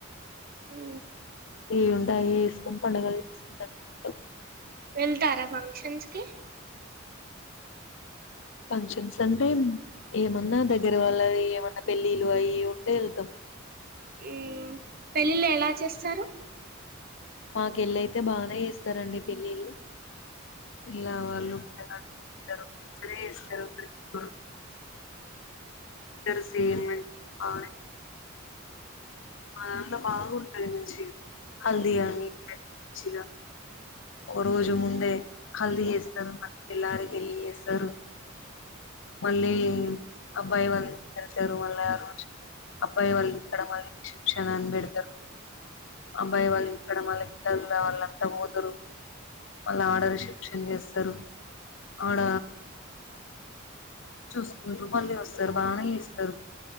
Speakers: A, on the right (about 45°); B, on the left (about 65°).
A: ఉ
B: ఏ ఉం వసుకుంట పండుగలు చేసుకుంతారు ఇంట్లో
A: వెళ్తారా ఫంక్షన్స్ కి
B: ఫంక్షన్స్ అంటే ఏమ న్నా దగ్గర వాళ్ళ ఏమన్నా పెళ్ళిళ్లు అఈ ఉంటే వెళ్తాం
A: ఉ పెళ్ళిళ్ళ ఎలా చేస్తారు
B: మాకెల్లయితే బానేస్త స్తారండి పెళ్లిలు ఇలా వాళ్ళుారు పిల్లగాడు ఉంటారు మంచిగానే చేస్తారు ఒకరికొకరు తయారు ఆమె అదంత బాూ కలిిన చేయ హల్ద గని మంచిీిన ఓ రోజు ముందే హల్దీ జేస్తరు మల్ తెల్లరే పెళ్లి జెస్తారు మళ్ళీ అబ్బాయి వాలింటికికెల్ తరు మల్ అ రోజూ అబ్బాయి వాళ్ళు ఇక్కడ మళ్ళ షిప్ శిప్షన్ అనిబెడ్ తారు అబ్బాయి వాళ్ళు ఇక్కడ మళ్ళి పిలలోళ్లు ళ్ళంతా పోతరు మళ్ళ ఆడ రిసెప్షన్ చేస్త తరు ఆడ
A: <unintelligible>
B: చూసుకుంట్రూ మళ్ళీ వస్తారు బానే ఇస్తారు